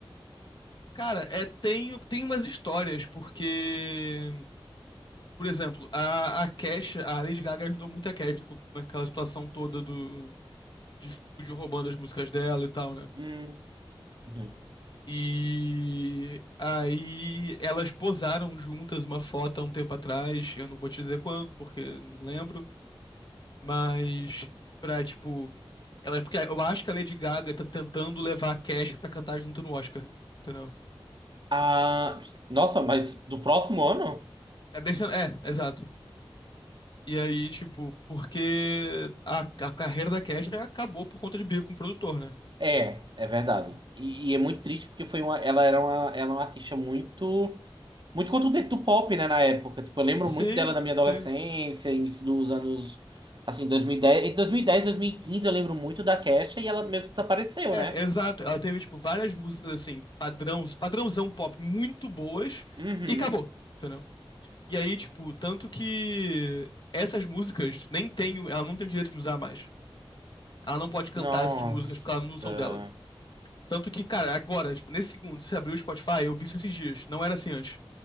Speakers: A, on the left; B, on the right.
A: Cara, é, tem, tem umas histórias, porque Por exemplo, a, a Kesha, a Lady Gaga ajudou muito a Kesha com- naquela situação toda do, de estúdio roubando as músicas dela e tal, né?
B: Hum, uhum.
A: E aí elas posaram juntas uma foto há um tempo atrás, eu não vou te dizer quando, porque não lembro, mas pra, tipo, ela, porque eu acho que a Lady Gaga tá tentando levar a Kesha pra cantar junto no Oscar, entendeu?
B: Ah, nossa, mas do próximo ano?
A: É, desse, é, exato. E aí, tipo, porque a, a carreira da Kesha acabou por conta de briga com o produtor, né?
B: É, é verdade. E, e é muito triste porque foi uma, ela era uma, ela é uma artista muito, muito contundente do pop, né, na época. Tipo, eu lembro
A: Sim,
B: muito dela na minha
A: sim.
B: adolescência, início dos anos, assim, 2010, entre 2010 e 2015 eu lembro muito da Kesha e ela meio que desapareceu,
A: É,
B: né?
A: exato. Ela teve, tipo, várias músicas, assim, padrão, padrãozão pop muito boas
B: Uhum.
A: e acabou, entendeu? E aí, tipo, tanto que essas músicas nem tem, o ela não tem direito de usar mais. Ela não pode cantar
B: Nossa.
A: essas músicas porque elas não são dela. Tanto que, cara, agora, tipo, nesse segundo, você abriu o Spotify, eu vi isso esses dias. Não era assim antes.